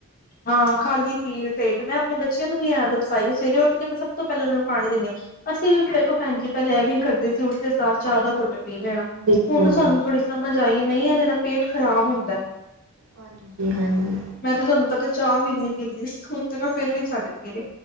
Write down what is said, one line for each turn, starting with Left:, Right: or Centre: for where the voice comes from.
Left: ਹਾਂ ਖਾਲੀ ਪੇਟ ਮੈਂ ਆਪਣੇ ਬੱਚਿਆਂ ਨੂੰ ਵੀ ਆਦਤ ਪਾਈ ਸਵੇਰੇ ਉੱਠ ਕੇ ਮੈਂ ਸਭ ਤੋਂ ਪਹਿਲਾਂ ਉਹਨਾਂ ਨੂੰ ਪਾਣੀ ਦਿੰਦੀ ਹਾਂ। ਅਸੀਂ ਵੀ ਵੇਖੋ ਭੈਣ ਜੀ ਪਹਿਲਾਂ ਐਵੇਂ ਕਰਦੇ ਸੀ ਉਟਦੇ ਸਾਰ ਚਾਹ ਦਾ ਕੁੱਟ ਪੀਣਾ। ਪੀ ਲੈਣਾ
Right: ਬਿਲਕੁਲ।
Left: ਹੁਣ ਸਾਨੂੰ ਥੋੜੀ ਸਮਝ ਆਈ ਨਹੀਂ ਇਹਦੇ ਨਾਲ ਪੇਟ ਖ਼ਰਾਬ ਹੁੰਦਾ।
Right: ਹਾਂਜੀ ਹਾਂਜੀ।
Left: ਮੈਂ ਤੇ ਤੁਹਾਨੂੰ ਪਤਾ ਚਾਹ ਵੀ ਨੀ ਪੀਂਦੀ ਸੀ ਹੁਣ ਤੇ ਮੈਂ ਫੇਰ ਵੀ ਛੱਡ ਕੇ ਆ।